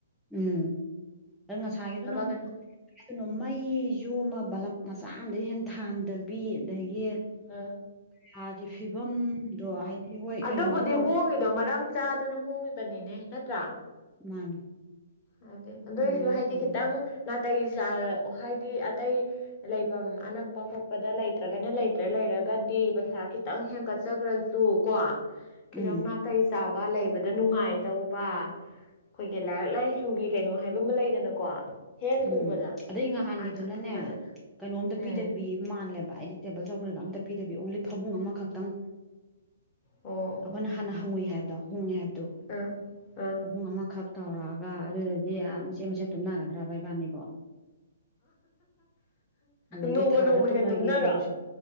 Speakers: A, in the centre; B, on the left (about 35°).
A: ꯎꯝ ꯑꯣ ꯉꯁꯥꯏꯒꯤꯗꯨꯅꯅ
B: ꯀꯩꯅꯣ
A: ꯃꯩꯁꯨ ꯑꯃ ꯕꯂꯞ ꯃꯆꯥ ꯑꯃꯝꯗꯒꯤ ꯍꯦꯟ ꯊꯥꯗꯕꯤ ꯑꯗꯒꯤ
B: ꯑ
A: ꯀꯥꯒꯤ ꯐꯤꯕꯝꯗꯣ ꯍꯥꯏꯗꯤ ꯍꯣꯏ
B: ꯑꯗꯨꯕꯨꯗꯤ
A: ꯀꯩꯅꯣꯗꯤ ꯇꯧꯋꯦ
B: ꯍꯣꯡꯉꯤꯗꯣ ꯃꯔꯝ ꯆꯥꯗꯅ ꯍꯣꯡꯉꯤꯕꯅꯤꯅꯦ ꯅꯠꯇ꯭ꯔꯥ
A: ꯃꯥꯅꯦ
B: ꯍꯥꯏꯗꯤ ꯑꯗꯨꯏꯁꯨ
A: ꯑꯗꯨꯃꯥꯏꯅ
B: ꯍꯥꯏꯗꯤ
A: ꯇꯧꯕꯅꯦ
B: ꯈꯤꯇꯪ ꯅꯥꯇꯩ ꯍꯥꯏꯗꯤ ꯑꯇꯩ ꯂꯩꯐꯝ ꯑꯅꯛꯄ ꯈꯣꯠꯄꯗ ꯂꯩꯇ꯭ꯔꯒꯅ ꯂꯩ ꯠꯇ ꯂꯩꯔꯒꯗꯤ ꯄꯩꯁꯥ ꯈꯤꯇꯪ ꯍꯦꯟꯀꯠꯆꯈ꯭ꯔꯁꯨ ꯀꯣ ꯈꯤꯇꯪ
A: ꯎꯝ
B: ꯅꯥꯇꯩ ꯆꯥꯕ ꯂꯩꯕ ꯕꯗ ꯅꯨꯡꯉꯥꯏꯗꯧꯕ ꯑꯩꯈꯣꯏꯒꯤ ꯂꯥꯏꯔꯤꯛ ꯂꯥꯏꯁꯨꯒꯤ ꯀꯩꯅꯣ ꯍꯥꯏꯕ ꯑꯃ ꯂꯩꯗꯅꯀꯣ ꯍꯦꯛ
A: ꯎꯝ
B: ꯎꯕꯗ
A: ꯑꯗꯩ ꯅꯍꯥꯟꯒꯤꯗꯨꯅꯅꯦ
B: ꯑꯗ ꯑꯗꯨꯝꯕꯗ
A: ꯀꯩꯅꯣꯝꯇ
B: ꯎꯝ
A: ꯄꯤꯗꯕꯤ ꯃꯥꯜꯂꯦꯕ ꯍꯥꯏꯗꯤ ꯇꯦꯕꯜ ꯆꯧꯀ꯭ꯔꯔꯤꯒ ꯇꯞꯄꯤꯤꯗꯕꯤ ꯑꯣꯡꯂꯤ ꯐꯃꯨꯡ ꯑꯃꯈꯛꯇꯪ
B: ꯑꯣ
A: ꯑꯩꯈꯣꯏꯅ ꯍꯥꯟꯅ ꯍꯪꯉꯨꯏ ꯍꯥꯏꯕ ꯑꯍꯣꯡꯉꯦ ꯍꯥꯏꯕꯗꯨ
B: ꯑꯥ ꯑꯥ
A: ꯑꯍꯣꯡ ꯑꯃꯈꯛ ꯇꯧꯔꯛꯑꯒ ꯑꯗꯨꯗ ꯑꯗꯨꯗꯤ ꯃꯆꯦꯠ
B: ꯎꯝ
A: ꯃꯆꯦꯠ ꯇꯨꯝꯅꯒꯗ꯭ꯔꯥꯕ ꯏꯕꯥꯅꯤꯕꯣ ꯑꯗꯒꯤ
B: ꯅꯣꯡꯃ
A: ꯊꯥꯔ
B: ꯅꯣꯡꯃ
A: ꯇꯨꯝꯃꯒꯦ
B: ꯍꯦ ꯇꯨꯝꯅꯔ
A: ꯑꯃꯨꯛꯁꯨ